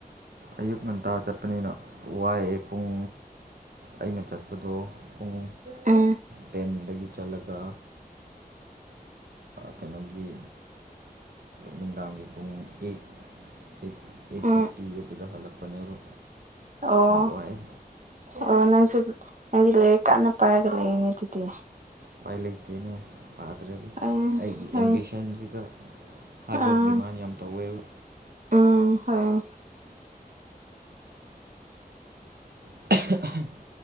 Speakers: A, on the right; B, on the right.
A: ꯑꯌꯨꯛ ꯉꯟꯇꯥ ꯆꯠꯄꯅꯤꯅ ꯋꯥꯏ ꯄꯨꯡ ꯑꯩꯅ ꯆꯠꯄꯗꯣ ꯄꯨꯡ
B: ꯎꯝ
A: ꯇꯦꯟꯗꯒꯤ ꯆꯠꯂꯒ ꯀꯩꯅꯣꯒꯤ ꯅꯨꯡꯗꯥꯡꯒꯤ ꯄꯨꯡ eight eight eight
B: um
A: thirty eight ꯑꯗꯨꯗ ꯍꯜꯂꯛꯄꯅꯦꯕ
B: ꯑꯣ
A: ꯋꯥꯏꯑꯦ
B: ꯑꯣ ꯅꯪꯁꯨ ꯅꯪꯗꯤ ꯂꯩ ꯀꯥꯟꯟꯅ ꯄꯥꯏꯔꯒ ꯂꯩꯏꯅꯦ ꯑꯗꯨꯗꯤ
A: ꯎꯄꯥꯏ ꯂꯩꯇꯦꯅꯦ ꯄꯥꯗ꯭ꯔꯗꯤ
B: ꯎꯝ
A: ꯑꯩꯒꯤ
B: ꯍꯣꯏ
A: ꯑꯦꯝꯕꯤꯁꯟꯁꯤꯒ ꯍꯥꯔꯠꯋꯥꯔꯛ
B: ꯑꯥ
A: ꯗꯤꯃꯥꯟ ꯌꯥꯝ ꯇꯧꯋꯦꯕ
B: ꯎꯝ ꯍꯣꯏ
A: <unintelligible>